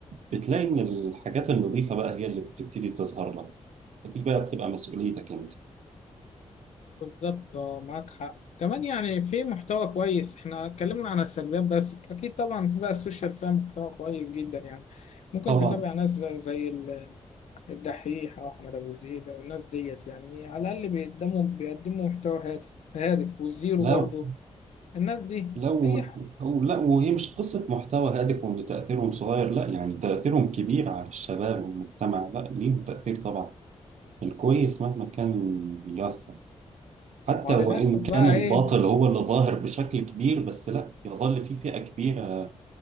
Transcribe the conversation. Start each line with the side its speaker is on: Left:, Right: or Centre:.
Right: بتلاقي ان الحاجات النظيفه بقى هي اللي بتبتدي تظهر لك فدي بقى بتبقى مسؤوليتك انت
Left: بالظبط اه معاك حق كمان يعني في محتوى كويس احنا اتكلمنا عن السلبيات بس اكيد طبعا في بقى السوشيال فيها محتوى كويس جدا يعني ممكن
Right: طبعا
Left: تتابع ناس زي زي ال- الدحيح او احمد ابو زيد او الناس ديت يعني على الاقل بيقدموا بيقدموا محتوى هادف هادف والزيرو
Right: لو
Left: برضو الناس دي
Right: لو
Left: اي حاجه
Right: او لا وهي مش قصه محتوى هادف وان تاثيرهم صغير لا يعني تاثيرهم كبير على الشباب والمجتمع لا ليهم تاثير طبعا الكويس مهما كان يث حتى
Left: ما هو للاسف
Right: وإن
Left: بقى
Right: كان الباطل
Left: ايه
Right: هو اللي ظاهر بشكل كبير بس لا يظل في فئة كبيرة